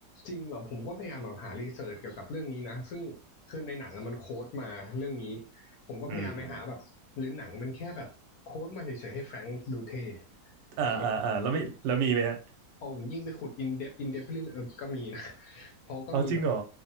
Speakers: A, on the left (about 65°); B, on the right (about 75°).
A: จริงเหรอผมก็พยายามแบบหารีเสิร์ชเกี่ยวกับเรื่องนี้นะซึ่งคือในหนังอะมันโค้ดมาเรื่องนี้ผมก็พยายามไปหาแบบหรือหนังมันแค่แบบโค้ดมาเฉยๆให้แฟรงค์ดูเท่
B: <laughs> อืมอ่าอ่าอ่าแล้วมีแล้วมีไหมฮะ
A: แต่มันพอผมยิ่งไปขุดอินเดปอินเดปเรื่อยๆเออก็มีนะเพราะก็มีแบบ
B: อ๋อ จริงเหรอ